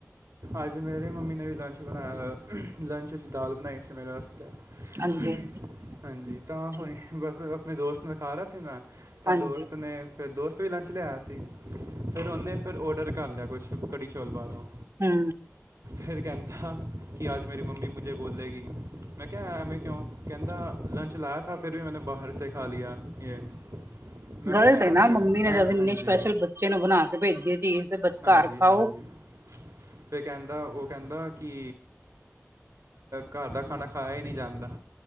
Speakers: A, on the right (about 80°); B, on the right (about 60°).
A: ਅੱਜ ਮੇਰੀ ਮੰਮੀ ਨੇ ਵੀ ਲੰਚ ਬਣਾਇਆ ਲੰਚ ਚ' ਦਾਲ ਬਣਾਈ ਸੀ ਮੇਰੇ ਵਾਸਤੇ।
B: ਹਾਂਜੀ ਹਾਂਜੀ
A: ਹਾਂਜੀ, ਤਾਂ
B: ਅੱਛਾ
A: ਹੁਣੀ ਬਸ ਆਪਣੇ ਦੋਸਤ ਨਾਲ ਖਾ ਰਿਹਾ ਸੀ ਮੈਂ। ਤਾਂ
B: ਹਾਂਜੀ
A: ਦੋਸਤ ਨੇ ਫਿਰ ਦੋਸਤ ਤੋਂ ਹੀ ਲੰਚ ਲਿਆਇਆ ਸੀ। ਫਿਰ ਉਹਨੇ ਫਿਰ ਓਡਰ ਕਰ ਲਿਆ ਕੁਛ ਕੜੀ-ਚੋਲ ਬਾਹਰੋਂ।
B: ਹੁੰ
A: ਫੇਰ ਕਹਿੰਦਾ ਕਿ ਅੱਜ ਮੇਰੀ ਮੰਮੀ ਮੁਝੇ ਬੋਲੇਗੀ ਮੈਂ ਕਿਆ ਐਵੇ ਕਿਉ? ਕਿਹਦਾ ਲੰਚ ਲਾਯਾ। ਤਾਂਹ ਫਿਰ ਵੀ ਮੈਂ ਬਾਹਰ ਸੇ ਖਾ ਲਿਆ। ਯੇਹ ਮੈਂ
B: ਗ਼ਲਤ
A: ਪੁੱਛਿਆ,
B: ਹੈ
A: ਐਮੇ
B: ਨਾ
A: ਕਿਉ
B: ਮੰਮੀ ਨੇ
A: ਐਮ
B: ਜਦ ਇੰਨੇ
A: ਹਾਂਜੀ।
B: ਸਪੈਸ਼ਲ ਬੱਚੇ ਨੂੰ ਬਣਾ ਕੇ ਭੇਜੀਏ ਚੀਜ਼ ਤੇ
A: ਹਾਂਜੀ
B: ਘਰ ਖਾਓ।
A: ਹਾਂਜੀ ਫਿਰ ਕਹਿੰਦਾ। ਉਹ ਕਹਿੰਦਾ ਕਿ ਘਰ ਦਾ ਖਾਣਾ ਖਾਇਆ ਹੀ ਨਹੀਂ ਜਾਂਦਾ।